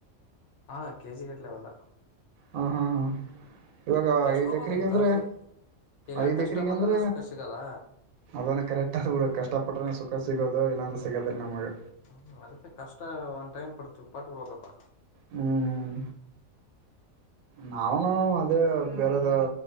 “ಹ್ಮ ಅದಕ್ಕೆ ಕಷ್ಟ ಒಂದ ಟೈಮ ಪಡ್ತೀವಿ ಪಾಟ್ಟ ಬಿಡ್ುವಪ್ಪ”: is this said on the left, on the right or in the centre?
Left